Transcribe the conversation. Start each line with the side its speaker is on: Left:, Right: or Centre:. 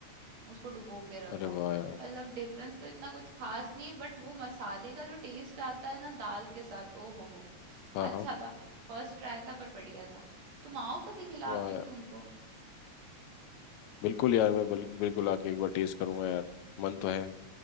Right: उसको डुबो के रखा।
Left: अरे वाह यार
Right: मतलब डिफरेंस तो इतना कुछ खास नहीं बट वो मसाले का जो टेस्ट आता है ना दाल के साथ, ओ हो हो!
Left: हाँ
Right: अच्छा
Left: हाँ
Right: था। फर्स्ट ट्राई था पर बढ़िया था। तुम आओ कभी खिलाती
Left: वाह यार
Right: हूँ तुमको।
Left: बिल्कुल यार मैं बिल, बिल्कुल आके एक बार टेस्ट करूंगा यार मन तो है